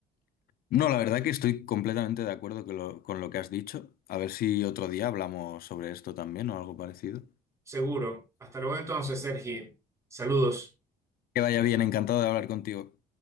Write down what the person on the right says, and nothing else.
Seguro. Hasta luego entonces, Sergi. Saludos.